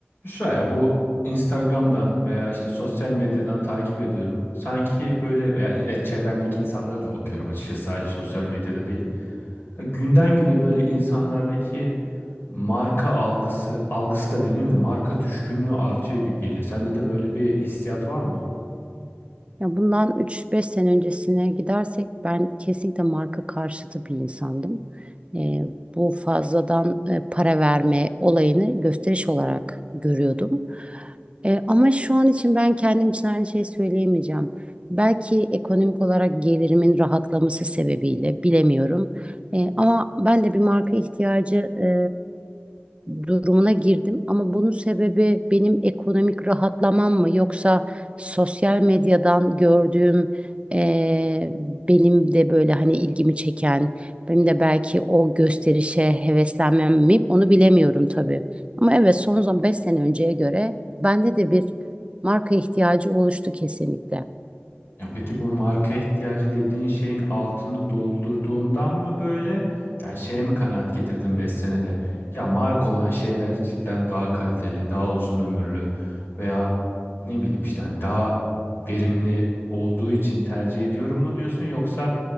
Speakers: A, on the left (about 55°); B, on the right (about 25°).
A: Şuraya bu Instagram'dan veya işte sosyal medyadan takip ediyorum. Sanki böyle veya e, çevremdeki insanlara da bakıyorum açıkçası sadece sosyal medyada değil. Ya Günden güne böyle insanlardaki marka algısı, algısı da demeyeyim de marka düşkünlüğü artıyor gibi geliyor. Sende de böyle bir hissiyat var mı?
B: Ya bundan 3-5 sene öncesine gidersek ben kesinlikle marka karşıtı bir insandım. Ee, bu fazladan e, para verme olayını gösteriş olarak görüyordum. Ee, ama şu an için ben kendim için aynı şeyi söyleyemeyeceğim. Belki ekonomik olarak gelirimin rahatlaması sebebiyle bilemiyorum. Ee, ama ben de bir marka ihtiyacı e, durumuna girdim. Ama bunun sebebi benim ekonomik rahatlamam mı yoksa sosyal medyadan gördüğüm eee, benim de böyle hani ilgimi çeken benim de belki o gösterişe heveslenmem mi onu bilemiyorum tabii. Ama evet son zaman 5 sene önceye göre bende de bir marka ihtiyacı oluştu kesinlikle.
A: Yani peki bu marka ihtiyacı dediğin şeyin altını doldurduğundan mı böyle yani şeye mi kanaat getirdin 5 senede? Ya marka olan şeyler cidden daha kaliteli, daha uzun ömürlü veya ne bileyim işte hani daha verimli olduğu için tercih ediyorum mu diyorsun yoksa